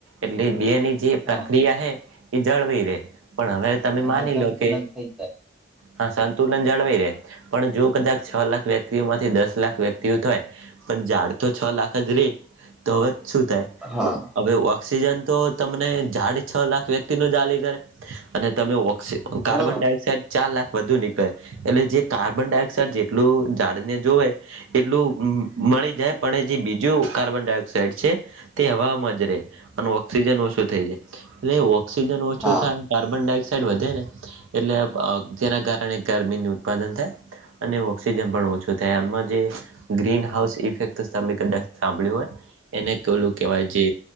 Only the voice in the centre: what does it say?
હા
હા
સંતુલન
થઈ જાય.
હા.
હા
હા